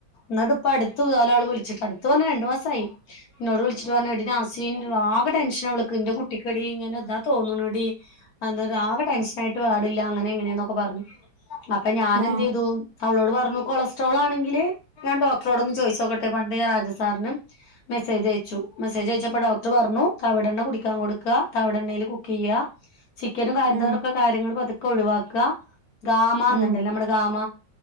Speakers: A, on the left (about 70°); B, on the right (about 80°).
A: ന്നി ട്ടിപ്പ അടുത് കാല. അവള് വിളിച്ചിട്ട്. അടുത്ത് പറഞ്ഞാ.. രണ്ട് മാസായി. എന്നോട് വിളിച്ചിട്ട് പറഞ്ഞു. എടി നാസി, ന്റെ ആകെ ടെൻഷനാവളക്ക് എന്റെ കു ട്ടിക്കടി ഇങ്ങനെ. ഇതാ തോന്നുന്നടി. അയെന്താ ആകെ ടെൻഷനായിട്ട് പാടില്ല. അങ്ങനായിങ്ങനെന്നൊക്കെ പറഞ്ഞു. അപ്പ ഞാൻ
B: ആ
A: എന്ത് ചെയ്തു. അവളോട് പറഞ്ഞു കൊളസ് ട്രോളാണെങ്കില് ഞാൻ ഡോക്ട്രോടൊന്ന് ചോദിച്ച് നോക്കെട്ടെ, പണ്ട് ഞാൻ രാജസാറിനും. മെസ്സേജ് അയച്ചു. മെസ്സേജ് അയച്ചപ്പോ ഡോക്ർ പറഞ്ഞു തവിടെണ്ണ കുടിക്കാൻ കൊട് ക്ക. തവെടെണ്ണയിൽ കുക്ക് ചെയ്യുക. ചിക്കനും കാര്യന്നോർക്കെ
B: ഉം
A: കാര്യങ്ങള് പതുക്കെ ഒഴിവാക്ക്ക. ഗാമ എന്നുണ്ടല്ലേ.
B: ഉം
A: നമ്മെടെ ഗാമ